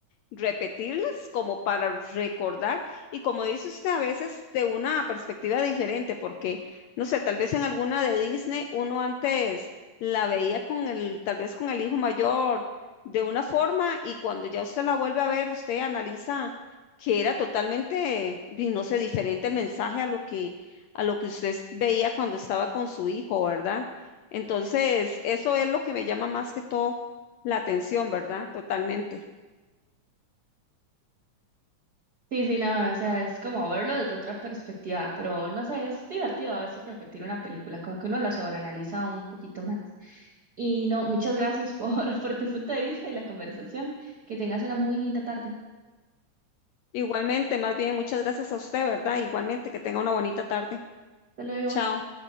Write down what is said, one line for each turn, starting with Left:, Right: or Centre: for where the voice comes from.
Left: repetirlas como para recordar y como dice usted, a veces de una perspectiva diferente, porque, no sé, tal vez en alguna de Disney uno antes la veía con el, tal vez con el hijo mayor de una forma y cuando ya usted la vuelve a ver, usted analiza que era totalmente, di, no sé, diferente el mensaje a lo que, a lo que usted s- veía cuando estaba con su hijo, ¿verdad? Entonces, eso es lo que me llama más que todo la atención, ¿verdad? Totalmente.
Right: Sí, sí, no, o sea, es como verlo desde otra perspectiva, pero no sé, es divertido a veces repetir una película, como que uno la sobreanaliza un poquito más. Y no, muchas gracias por, <laughs> por tu punto de vista y la conversación. Que tengas una muy linda tarde.
Left: Igualmente, más bien, muchas gracias a usted, ¿verdad? Igualmente, que tenga una bonita tarde.
Right: Hasta luego.
Left: Chao.